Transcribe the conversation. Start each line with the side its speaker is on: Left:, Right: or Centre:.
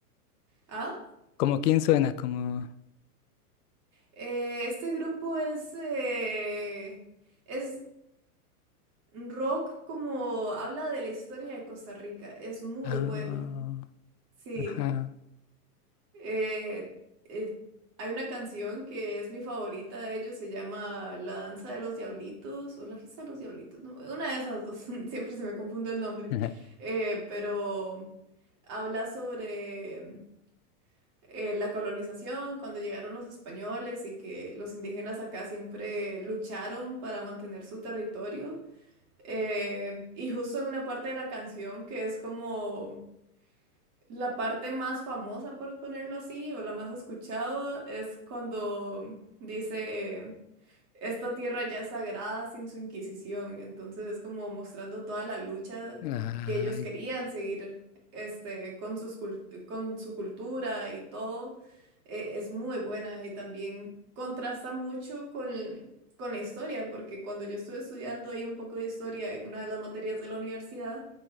Right: ¿Ah?
Left: como quién suena, como...
Right: Eh, este grupo es... eh, es rock como habla de la historia de Costa Rica. Es muy
Left: Ah,
Right: bueno. Sí.
Left: ajá,
Right: Eh, eh, hay una canción que es mi favorita de ellos, se llama La Danza de los Diablitos o La Fiesta de los Diablitos, ¿no? Una de esas dos, <laughs> siempre se me confunde el nombre,
Left: ajá,
Right: Eh, pero habla sobre eh, la colonización, cuando llegaron los españoles y que los indígenas acá siempre lucharon para mantener su territorio. Eh, y justo en una parte de la canción que es como... La parte más famosa, por ponerlo así, o la más escuchada, es cuando dice, esta tierra ya es sagrada sin su Inquisición. Entonces es como mostrando toda la lucha
Left: ay,
Right: que ellos querían seguir este, con sus cul- con su cultura y todo. Eh, es muy buena y también contrasta mucho con, con la historia, porque cuando yo estuve estudiando ahí un poco de historia en una de las materias de la universidad,